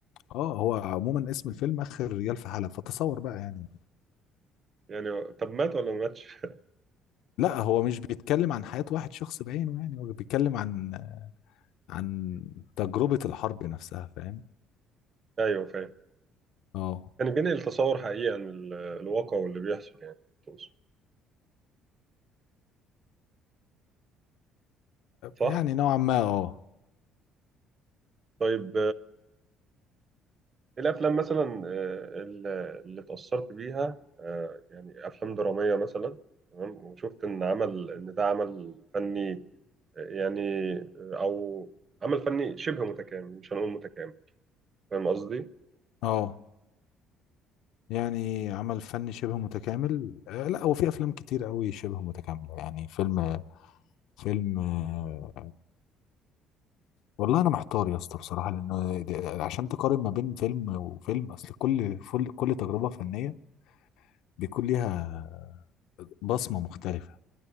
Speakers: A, on the left; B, on the right.
A: اه هو عموما اسم الفيلم اخر رجال في حلب فتصور بقى يعني
B: يعني طب مات ولا ما ماتش؟
A: لا هو مش بيتكلم عن حياة واحد شخص بعينه يعني هو بيتكلم عن عن تجربة الحرب نفسها فاهم
B: أيوه فاهم
A: اه
B: كان بينقل تصور حقيقي عن ال- الواقع واللي بيحصل يعني تقصد صح؟
A: يعني نوعا ما اه
B: طيب الأفلام مثلا آه، ال- اللي اتأثرت بيها آه، يعني أفلام درامية مثلا تمام وشفت إن عمل إن ده عمل فني آه، يعني آه، أو عمل فني شبه متكامل مش هنقول متكامل فاهم قصدي؟
A: اه يعني عمل فني شبه متكامل آه، لا هو في افلام كتير قوي شبه متكامله يعني فيلم فيلم آه، والله انا محتار يا اسطى بصراحه لانه د- عشان تقارن ما بين فيلم وفيلم اصل كل فل- كل تجربه فنيه بيكون ليها بصمه مختلفه